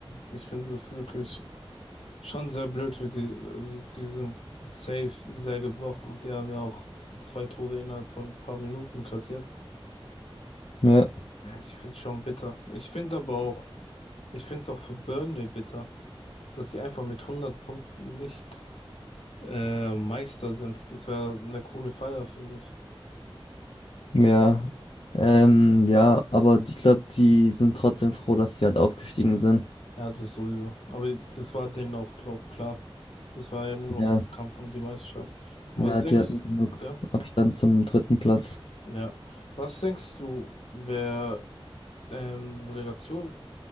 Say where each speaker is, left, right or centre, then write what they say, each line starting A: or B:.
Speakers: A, on the left (about 85°); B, on the left (about 65°).
A: ich finde das wirklich Schon sehr blöd für die, also die sind safe sehr gebrochen. Die haben ja auch so zwei Tore innerhalb von ein paar Minuten kassiert.
B: Ja,
A: Ja, ich finde schon bitter. Ich finde aber auch, ich finde es auch für Burnley bitter, dass sie einfach mit 100 Punkten nicht äh, Meister sind. Das wäre eine coole Feier, finde ich.
B: ja. Ähm, ja, aber ich glaube, die sind trotzdem froh, dass sie halt aufgestiegen sind.
A: Ja, das sowieso. Aber das war denen auch, glaub, klar. Das war ja nur noch
B: Ja,
A: Kampf um die Meisterschaft. Und
B: ja,
A: was denkst,
B: die hatten genug
A: ja,
B: Abstand zum dritten Platz.
A: ja. Was denkst du, wer ähm, Relegation